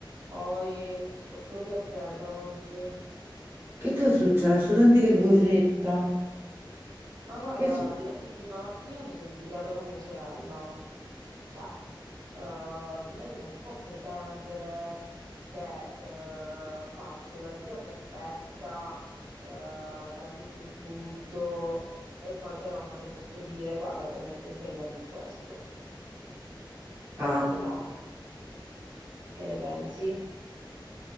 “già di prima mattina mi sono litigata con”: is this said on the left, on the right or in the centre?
Right